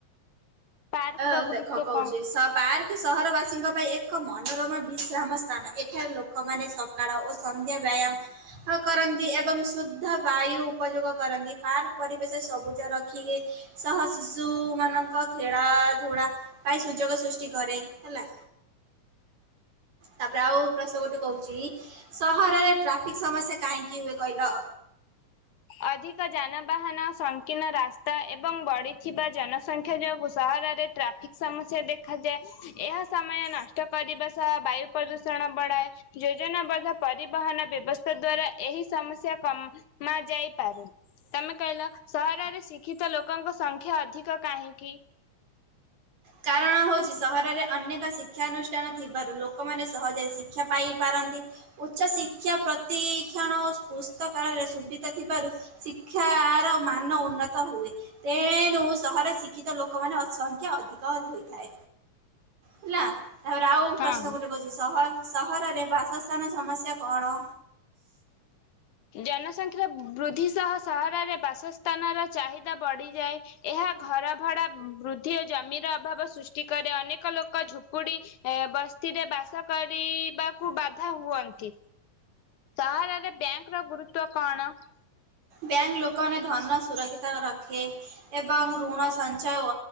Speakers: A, on the left (about 70°); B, on the right (about 60°).
A: ପାର୍କ
B: ହ
A: ର ଗୁରୁତ୍ୱ
B: ଦେଖ କହୁଛି
A: କଣ?
B: ସ ପାର୍କ ସହରବାସୀଙ୍କ ପାଇଁ ଏକ ମନୋରମ ବିଶ୍ରାମ ସ୍ଥାନ ଏଠାରେ ଲୋକମାନେ ସକାଳ ଓ ସନ୍ଧ୍ୟା ବା ବାୟାମ କରନ୍ତି ଏବଂ ଶୁଦ୍ଧ ବାୟୁ ଉପଯୋଗ କରନ୍ତି ପାର୍କ ପରିବେଶ ସବୁ ରଖିବେ ସହ ଶିଶୁମାନଙ୍କ ଖେଳ ା କ ସୁଯୋଗ ସୃଷ୍ଟି କରେ ହେଲା। ତାପରେ ଆଉ ପ୍ରଶ୍ନ ଗୋଟେ କହୁଛି ସହରରେ ଟ୍ରାଫିକ ସମସ୍ୟା କାହିଁକି ହୁଏ କହିଲ? <inaudible>
A: ଅଧିକ ଯାନବାହାନ ସଂକୀର୍ଣ୍ଣ ରାସ୍ତା ଏବଂ ବଢିଥିବା ଜନସଂଖ୍ୟା ଯୋଗୁ ସହ ରରେ ଟ୍ରାଫିକ ସମସ୍ୟା ଦେଖ ଦେଖାଯାଏ ଏହା ସମୟ ନଷ୍ଟ କରିବା ସହ ବାୟୁ ପ୍ରଦୂଷଣ ବଢାଏ ଯେ ଯୋଜନାବଦ୍ଧ ପରିବହନ ବ୍ୟବସ୍ଥା ଦ୍ଵାରା ଏହି ସମସ୍ୟା କମା ଯାଇପାରୁ। ତମେ କହିଲ ସହରରେ ଶୀ ଶିକ୍ଷିତ ଲୋକଙ୍କ ସଂଖ୍ୟା ଅଧିକ କାହିଁକି?
B: କାରଣ ହଉଚି ସହରରେ ଅନେକ ଶିକ୍ଷାନୁଷ୍ଠାନ ଥିବାରୁ ଲୋକମାନେ ସହଜରେ ଶିକ୍ଷା ପାଇପାର ନ୍ତି। ଉଚ୍ଚ ଶିକ୍ଷା ପ୍ରତି୍କ୍ଷଣ ଓ ପୁସ୍ତକାଳୟରେ ସୁବିଧା ଥିବାରୁ ଶିକ୍ଷା ଆର ମାନ ଉନ୍ନତ ହୁଏ ତେଣୁ ସହର ଶିକ୍ଷିତ ଲୋକମାନେ ଅଛନ୍ତି ଆଉ। ଅଧିକ ହୋଇଥାଏ। ହେଲା ତାପରେ ଆଉ
A: ହଁ।
B: ପ୍ରଶ୍ନ ଗୋଟେ କହୁଚି ସହର ସହରରେ ବାସସ୍ଥାନ ସମସ୍ୟା କଣ?
A: ଜନସଂଖ୍ୟା ବୃଦ୍ଧି ସହ ସହରରେ ବାସସ୍ଥାନର ଚାହିଦା ବଢିଯାଏ। ଏହା ଘର ଭଡ଼ା ବୃଦ୍ଧି ଓ ଜମିର ଅଭାବ ସ୍ରୁ ଷ୍ଟି କରେ। ଅନେକ ଲୋକ ଝୁପୁଡି ବସ୍ତିରେ ବାସ କରିବାକୁ ବାଧା ହୁଅନ୍ତି। ନ୍ତି। ସହରରେ ବ୍ୟାଙ୍କ ର ଗୁରୁତ୍ଵ କଣ?
B: ବ୍ୟାଙ୍କ ଲୋକମାନେ ଧନ ସୁରକ୍ଷିତ ରଖେ ଏବଂ ଋଣ ସଞ୍ଚୟ ଓ